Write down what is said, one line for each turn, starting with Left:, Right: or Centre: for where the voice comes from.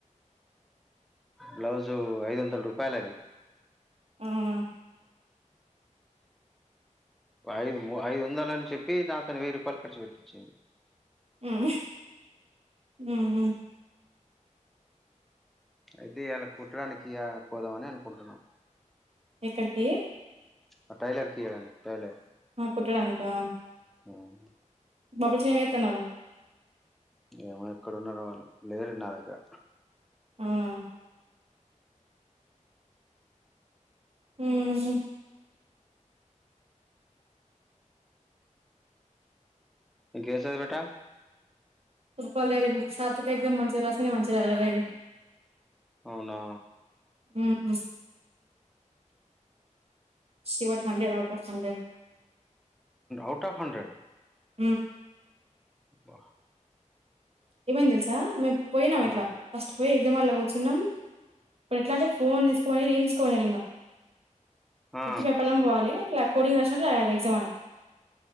Centre: బ్లౌజు ఐదు వందల రూపాయలు అది
Right: అవునా
Centre: ఐదు ఐదు వందలు అని చెప్పి నాతోని వెయ్యి రూపాయలు ఖర్చు పెట్టించిింది
Right: ఉమ్ ఉమ్ ఉమ్
Centre: అయితే ఇలా కుట్టడానికి పోదామని అనుకుంటున్నాం
Right: ఎక్కడికి
Centre: ఆ టైలర్కి ఇయ్యడానికి టైలర్
Right: ఆ కుట్టడానికా
Centre: అవును
Right: బాబుచి ఏం చేస్తన్నారు
Centre: ఏమో ఎక్కడన్నారో వాళ్ళు లేరు నా దగ్గర
Right: అవునా ఉ ఉ
Centre: కేస బేటా
Right: ఫుట్బల్ రెడీ సాత్విక ఎగ్జామ్ మంచిగా రాసింద మంచిగా రాయలే డాడీ
Centre: అవునా
Right: ఉ శివట్ hundred out of hundred
Centre: out of hundred
Right: ఉ
Centre: వా
Right: ఏమైంది తెలుసా మేము పోయినాం ఇట్లా
Centre: ఆ
Right: ఫస్ట్ పోయి ఎగ్జామ్ హాల్లో కూర్చున్నాం ఇప్పుడు ఎట్లా అంటే ఫోన్ తీసుకోని ఏం తీసుకోనిపోనిరు ఇంకా
Centre: ఆ
Right: ఉత్తి పెప్పదాం పోవాలి ల పోడింగ్ రాసినట్టు రాయాలి ఎగ్జామ్ ఆడ